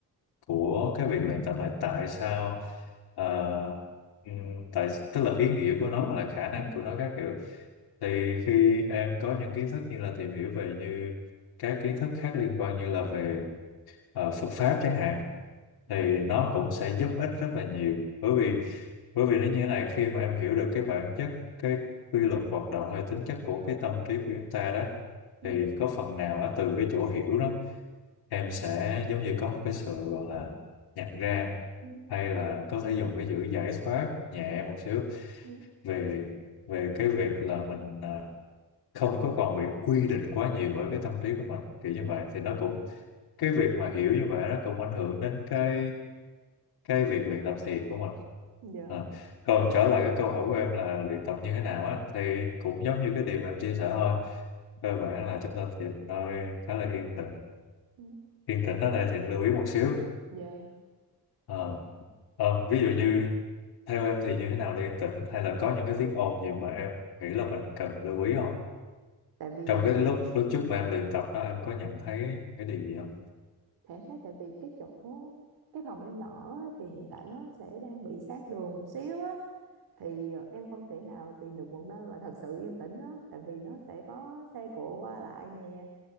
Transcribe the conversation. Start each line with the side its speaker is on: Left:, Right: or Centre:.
Left: của cái việc luyện tập này tại sao à, ừm, tại tức là ý nghĩa của nó hoặc là khả năng của nó các kiểu thì khi em có những kiến thức như là tìm hiểu về như các kiến thức khác liên quan như là về ờ, Phật pháp chẳng hạn
Right: dạ
Left: thì nó cũng sẽ giúp ích rất là nhiều bởi vì bởi vì nó như thế này khi mà em hiểu được cái bản chất cái quy luật hoạt động hay tính chất của cái tâm trí của chúng ta đó
Right: Ừ,
Left: thì có phần nào á, từ cái chỗ hiểu đó em sẽ giống như có một cái sự gọi là nhận ra
Right: ừ,
Left: hay là có thể dùng cái chữ giải thoát nhẹ một xíu
Right: ừ,
Left: về về cái việc là mình à, không có còn bị quy định quá nhiều bởi cái tâm trí của mình kiểu như
Right: ừ. Ừ.
Left: vậy thì nó cũng cái việc mà hiểu như vậy nó cũng ảnh hưởng đến cái cái việc luyện tập thiền của mình
Right: dạ
Left: à. còn trở lại cái câu hỏi của em là luyện tập như thế nào á thì cũng giống như cái điều mà em chia sẻ thôi cơ bản là chúng ta tìm nơi khá là yên tĩnh
Right: Ừ,
Left: yên tĩnh ở đây thì lưu ý một xíu
Right: dạ
Left: Ờ, ờ, ví dụ như theo em thì như thế nào là yên tĩnh hay là có những cái tiếng ồn gì mà em nghĩ là mình cần lưu ý không
Right: tại vì
Left: trong
Right: ờ,
Left: cái lúc lúc trước mà em luyện tập đó em có nhận thấy cái điều gì không
Right: Thế đấy tại vì cái chỗ cái phòng em ở á, thì hiện tại nó sẽ đang bị sát đường một xíu á thì ờ, em không thể nào tìm được một nơi mà thật sự yên tĩnh á tại vì nó sẽ có xe cộ qua lại nè